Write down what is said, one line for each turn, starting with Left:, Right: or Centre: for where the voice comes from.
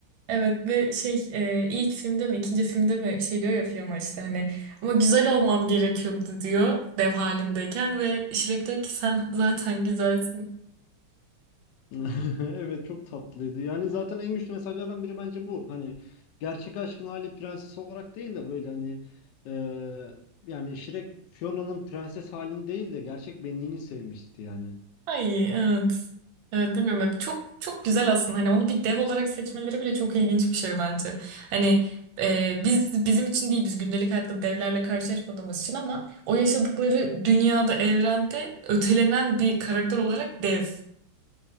Right: Evet ve şey e, ilk filmde mi ikinci filmde mi şey diyor ya Fiona işte hani ama güzel olmam gerekiyordu diyor dev halindeyken ve Shrek diyor ki sen zaten güzelsin.
Left: <laughs> Evet çok tatlıydı. Yani zaten en güçlü mesajlardan biri bence bu. Hani gerçek aşkın hali prenses olarak değil de böyle hani eee, yani Shrek Fiona'nın prenses halini değil de gerçek benliğini sevmişti yani.
Right: Ay evet. Evet bilmiyorum hep çok çok güzel aslında hani onu bir dev olarak seçmeleri bile çok ilginç bir şey bence. Hani e, biz bizim için değil biz gündelik hayatta devlerle karşılaşmadığımız için ama o yaşadıkları dünyada evrende ötelenen bir karakter olarak dev.